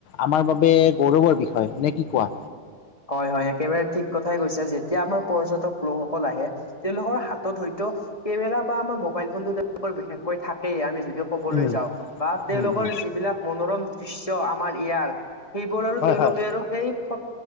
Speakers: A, on the left; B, on the left.
A: আমাৰ বাবে গৌৰৱৰ বিষয় নে কি কোৱা?
B: হয়, হয়, একেবাৰে ঠিক কথাই কৈছা যেতিয়া আমাৰ পৰ্যটক লোকসকল আহে। তেওঁলোকৰ হাতত হয়তো কেমেৰা বা আমাৰ মোবাইল ফোনতটো তেওঁলোকৰ বিশেষকৈ থাকেই, আমি যদিও ক'বলৈ
A: উম,
B: যাও বা তেওঁলোকৰ
A: উম, উম,
B: যিবিলাক মনোৰম দৃশ্য আমাৰ ইয়াৰ। সেইবোৰ আৰু
A: হয়,
B: তেওঁলোকে
A: হয়,
B: আৰু সেই ফ